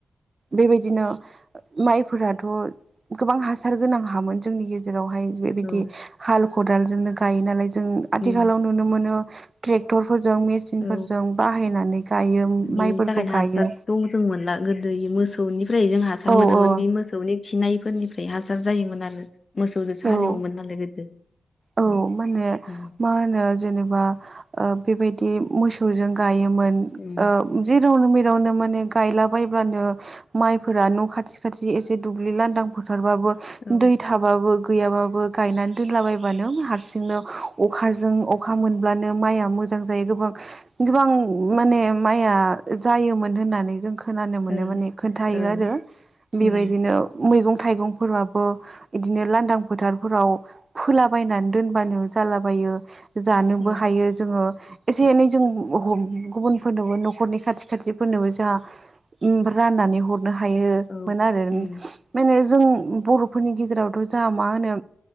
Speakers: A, on the right (about 50°); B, on the left (about 50°).
A: बेबायदिनो माइफोराथ गोबां हासार गोनां हामोन जोंनि गेजेरावहाय बेबायदि
B: औ
A: हाल खदालजोंनो गायो नालाय जों आथिखालाव
B: उम
A: नुनो मोनो ट्रेक्टर फोरजों मेसिन
B: औ
A: फोरजों बाहायनानै गायो
B: बिनि
A: माइफोरखौ
B: थाखायनो हासारखौ
A: गायो
B: जों मोनला गोदो मोसौनि फ्राय जों हासार
A: औ
B: मोनोमोन
A: औ
B: बे मोसौनि खिनायफोरनिफ्राय हासार जायोमोन आरो मोसौजोंसो हालेवोमोन
A: औ
B: नालाय गोदो
A: औ
B: उम
A: मा होनो
B: उम
A: मा होनो जेनेबा बेबायदि मोसौजों गायो मोन
B: उम,
A: जेराव‌ नोङो न माने गायला बब्लानो माइफोरा न' खाथि खाथि एसे दुब्लि लांदां फथार
B: औ
A: दै थाबो गैय गायनानै दोनलाबाय हारसिंनो अखाजों अखा मोनब्लानो माइआ मोजां जायो गोबां गोबां माने माइया जायोमोन होननानै जों खोनानो मोनो
B: ओं
A: मोने खोनथायो
B: औ
A: बेबायदिनो
B: उम
A: मै थाइगंफोराबो बिदिनो लांदां फोथारफोराव फोला बायनानै दोनबानो जालाबायो जानोबो
B: औ
A: हायो जोङो एसे एनै जों गुबुनफोरनोबो न'खरनि खाथि खाथिफोरनोबो जोंहा राननानै हरनो हायोमोन
B: औ
A: आरो
B: उम
A: माने जों बर'फोरनि गेजेरावथ जाहा मा होनो